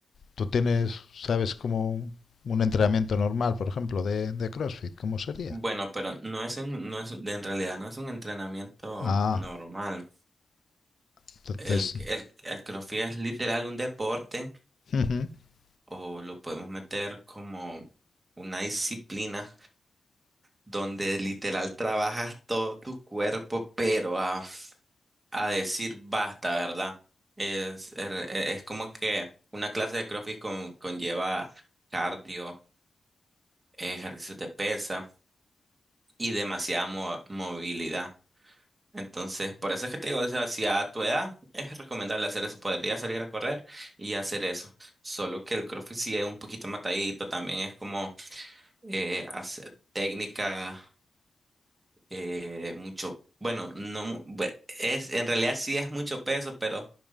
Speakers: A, on the left; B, on the right.
A: ¿tú tienes, sabes, como un entrenamiento normal, por ejemplo, de, de CrossFit? ¿Cómo sería?
B: Bueno, pero no es un- no es, en realidad no es un entrenamiento
A: Ah.
B: normal.
A: Entonces,
B: El, el, el CrossFit es literal un deporte
A: <laughs>
B: o lo podemos meter como una disciplina donde literal trabajas todo tu cuerpo, pero ah. a decir basta, ¿verdad? Es, er- e- es como que una clase de CrossFit con- conlleva cardio, ejercicios de pesa y demasiada mo- movilidad. Entonces, por eso es que te digo, o sea, si a tu edad es recomendable hacer eso, podría salir a correr y hacer eso. Solo que el CrossFit sí es un poquito matadito, también es como eh, hacer técnica eh, mucho, bueno, no, mu- bue- es, en realidad sí es mucho peso, pero